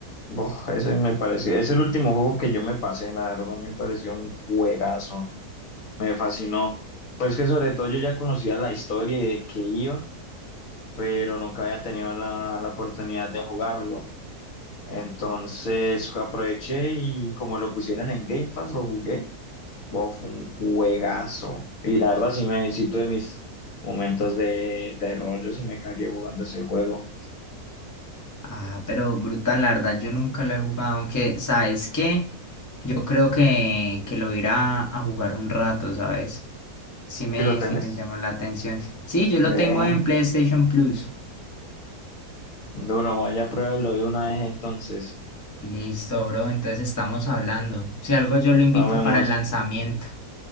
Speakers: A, on the left; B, on the left.
A: Bof, ese me pareció, es el último juego que yo me pasé, la verdad me pareció un juegazo, me fascinó. Pues que sobre todo yo ya conocía la historia y de qué iba, pero nunca había tenido la, la oportunidad de jugarlo. Entonces aproveché y como lo pusieron en Game Pass, lo jugué. Bof, un juegazo. Y la verdad, sí me sí tuve mis momentos de terror. Yo sí me cagué jugando ese juego.
B: Ah, pero brutal, la verdad yo nunca lo he jugado, aunque, ¿sabes qué? Yo creo que, que lo iré a, a jugar un rato, ¿sabes? Sí me,
A: Si lo tenés,
B: sí me llama la atención. Sí, yo lo
A: eh,
B: tengo en PlayStation Plus.
A: duro, vaya, pruébalo de una vez entonces.
B: Listo, bro, entonces estamos hablando. Si algo yo lo invito
A: Nos vemos.
B: para el lanzamiento.